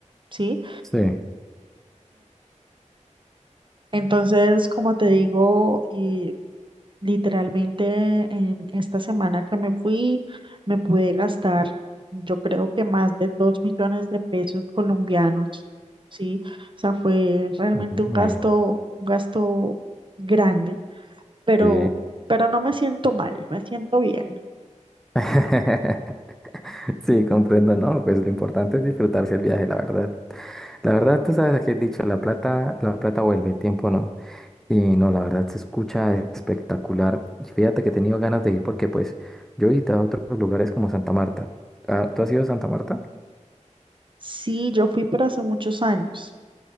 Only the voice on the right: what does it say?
¿sí?
Entonces, como te digo, y literalmente en esta semana que me fui, me pude gastar, yo creo que más de dos millones de pesos colombianos, ¿sí? O sea, fue realmente
un gasto, un gasto grande, pero,
pero no me siento mal, me siento bien.
Sí, yo fui, pero hace muchos años.